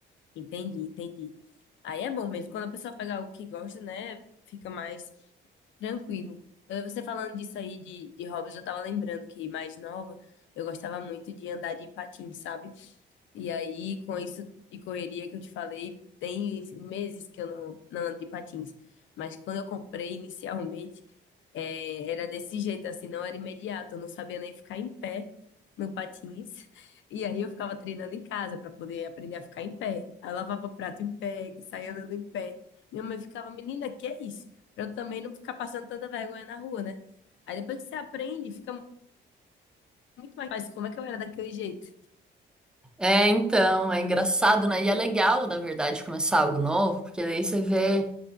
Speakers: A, on the left (about 70°); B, in the centre.
A: Entendi, entendi. Aí é bom mesmo. Quando a pessoa pega algo que gosta, né? Fica mais tranquilo. Eu, você falando disso aí de, de hobbies, eu tava lembrando que mais nova, eu gostava muito de andar de patins, sabe? E aí, com isso de correria que eu te falei, tem meses que eu não, não ando de patins. Mas quando eu comprei inicialmente, eh, era desse jeito, assim, não era imediato. Eu não sabia nem ficar em pé no patins. E aí eu ficava treinando em casa para poder aprender a ficar em pé. Aí eu lavava prato em pé, saía andando em pé. Minha mãe ficava, menina, que é isso? Pra eu também não ficar passando tanta vergonha na rua, né? Aí depois que você aprende, fica muito mais fácil. Como é que eu era daquele jeito?
B: É, então, é engraçado, né? E é legal, na verdade, começar algo novo, porque daí você vê